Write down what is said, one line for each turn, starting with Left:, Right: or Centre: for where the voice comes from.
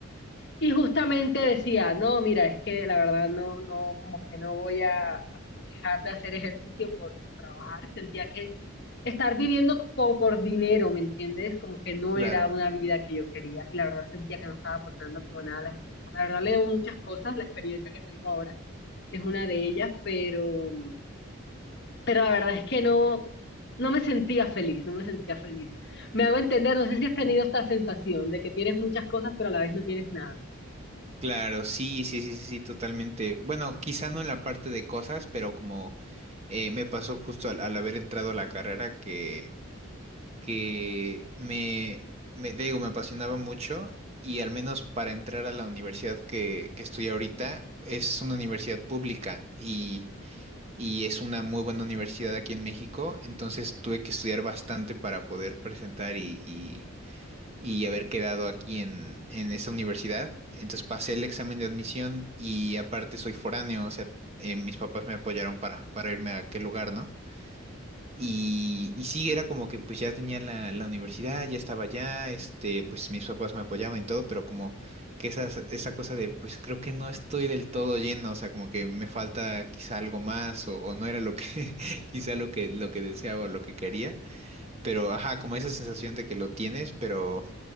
Left: y justamente decía, no, mira, es que la verdad no, no, como que no voy a a dejar de hacer ejercicio por, por trabajar. Sentía que estar viviendo po- por, dinero, ¿me entiendes? Como que no
Right: Claro,
Left: era una vida que yo quería. Y la verdad sentía que no estaba aportando como nada a la empresa. La verdad le debo muchas cosas, la experiencia que tengo ahora es una de ellas, pero, pero la verdad es que no, no me sentía feliz, no me sentía feliz. Me hago entender, no sé si has tenido esta sensación de que tienes muchas cosas, pero a la vez no tienes nada.
Right: claro, sí, sí, sí, sí, sí, totalmente. Bueno, quizá no en la parte de cosas, pero como eh, me pasó justo al, al haber entrado a la carrera que, que me, me, te digo, me apasionaba mucho y al menos para entrar a la universidad que, que estoy ahorita, es una universidad pública y, y es una muy buena universidad aquí en México, entonces tuve que estudiar bastante para poder presentar y, y haber quedado aquí en, en esta universidad. Entonces pasé el examen de admisión y aparte soy foráneo, o sea, eh, mis papás me apoyaron para, para irme a aquel lugar, ¿no? Y, y sí, era como que pues ya tenía la, la universidad, ya estaba allá, este, pues mis papás me apoyaban y todo, pero como que esa, esa cosa de pues creo que no estoy del todo lleno, o sea, como que me falta quizá algo más o, o no era lo que <laughs> quizá lo que, lo que deseaba o lo que quería, pero ajá, como esa sensación de que lo tienes, pero